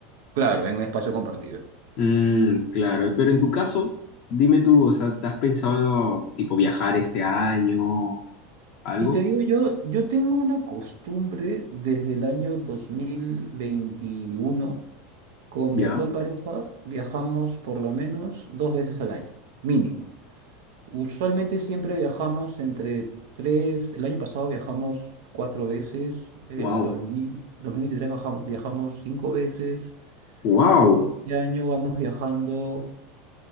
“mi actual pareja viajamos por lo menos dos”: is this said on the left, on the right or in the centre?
Right